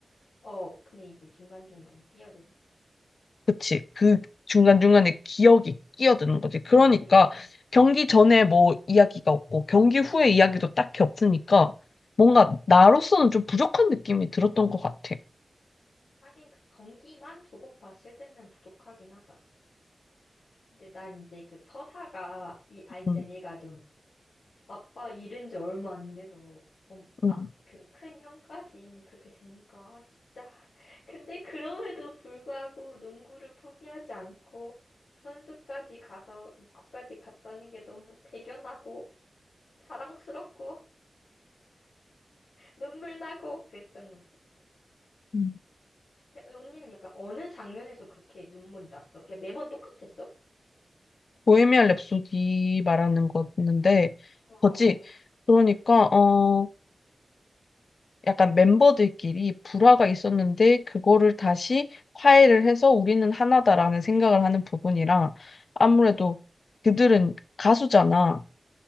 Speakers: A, on the left; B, on the left.
A: 어, 근데 이제 중간중간 끼어드네.
B: 그치. 그 중간중간에 기억이 끼어드는 거지. 그러니까
A: 응, 응, 응.
B: 경기 전에 뭐 이야기가 없고 경기 후에 이야기도 딱히 없으니까 뭔가 나로서는 좀 부족한 느낌이 들었던 것 같아.
A: 하긴 그 경기만 두고 봤을 때는 부족하긴 하다. 근데 난 이제 그 서사가, 이, 아, 일단
B: 음,
A: 얘가 좀 아빠 잃은 지 얼마 안 돼서 엄, 아,
B: 음,
A: 그 큰 형까지 그렇게 되니까 아, 진짜. 근데 그럼에도 불구하고 농구를 포기하지 않고 선수까지 가서 미국까지 갔다는 게 너무 대견하고 자랑스럽고 눈물 나고 그랬던 거지.
B: 음.
A: 근데 언니는 약간 어느 장면에서 그렇게 눈물이 났어? 그냥 매번 똑같았어?
B: 보헤미안 랩소디 말하는 거였는데,
A: 어, 어,
B: 거지.
A: 어.
B: 그러니까, 어, 약간 멤버들끼리 불화가 있었는데, 그거를 다시 화해를 해서 우리는 하나다라는 생각을 하는 부분이랑, 아무래도 그들은 가수잖아.